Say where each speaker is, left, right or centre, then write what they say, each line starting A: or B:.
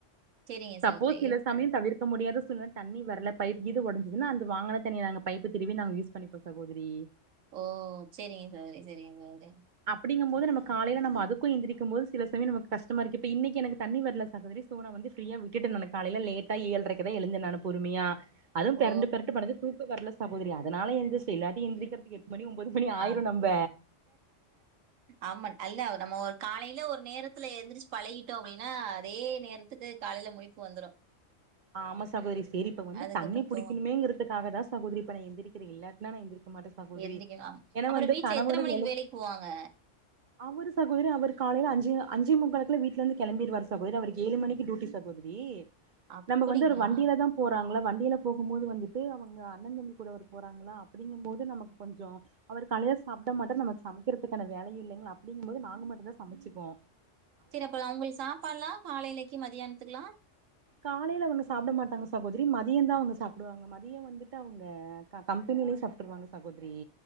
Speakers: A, on the right; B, on the right.
A: சரிங்க
B: சப்போஸ்
A: சகோதரி.
B: சில சமயம் தவிர்க்க முடியாத சூழ்நில தண்ணி வரல பைப்கீது உடஞ்சதுன்னா அந்த வாங்கன தண்ணிய நாங்க பைப்பு திருவி நாங்க யூஸ் பண்ணிப்போ சகோதிரி
A: ஓ சேரிங்க சகோதிரி சேரிங்க சகோதிரி
B: ப்பிடிங்க போது நம்ம காலையில நம்ப அதுக்கு எந்திரிக்கு போது சில சமயம் நமக்கு கஷ்டமா இருக்கு இப்ப இன்னிக்கு எனக்கு தண்ணி வரல சகோதரி சோ நான் வந்து ஃப்ரியா விட்டுடேன் நானு க காலையில லேட்டா ஏழ்றைக்குதா எழுந்தேன் நானு பொறுமையா அதும் பெரண்டு
A: ஓ!
B: பெரண்டு படுத்து தூக்கம் வரலஸ் சகோதரி யா அதனால எந்திரிச்சு இல்லாட்டி எந்திரிக்கிறதுக்கு எட்டு மணி ஒன்பது மணி ஆயிரும்
A: ஆ
B: நம்ப
A: ஆமா அல்ல நம்ம ஒரு காலையில ஒரு நேரத்துல எழுந்திரிச்சு பழகிட்டோ அப்பிடின்னா அதே நேரத்துக்கு காலையில முழிப்பு வந்துரு
B: ஆமா சகோதரி சேரி இப்ப வந்து
A: அதுக்கப்புறம்
B: தண்ணி புடிக்குனுமேங்கறதுக்காகதா
A: தூங்க
B: சகோதரி இப்பன எந்திரிக் க்குரு இல்லாட்டுனா எந்திரி மாட்டேன் சகோதரி
A: எந்திக்கலா
B: ஏன்னா
A: அப்புறோ
B: வந்து
A: வீட்ல
B: கணவரு
A: எத்தன மணிக்கு
B: வேலைக்
A: வேலைக்கு போவாங்க
B: அவரு சகோதரி அவரு காலையில அஞ்சி அஞ்சே முக்காலுக்கெல்லா வீ்ட்ல இருந்து கிளம்பிடுவார் சகோதரி அவரு ஏழு மணிக்கு டியூட்டி சகோதரி
A: அப்படிங்களா
B: நம்ம வந்து ஒரு வண்டியிலதா போறாங்கள வண்டியில போகும்போது வந்துட்டு அவங்க அண்ணன் தம்பி கூட அவரு போறாங்களா அப்பிடிங்கும் போது நமக்கு கொஞ்சோ அவர் காலையில சாப்ட மாட்டாரு நமக்கு சமைக்கிறதுக்கான வேலையு இல்லைங்களா அப்பிடிங்கும்போது நாங்க மட்டு தா சமைச்சிப்போ
A: சேரி அப்ப அவுங்களு சாப்பாலா காலையிலக்கு மதியானத்துக்கலா
B: காலையில ஒன்னு சாப் சாப்பட மாட்டாங்க சகோதரி மதியம் தான் அவுங்க சாப்பிடுவாங்க மதியம் வந்துட்டு அவங்க கா கம்பெனிலேயே சாப்புட்டுகுவாங்க சகோதரி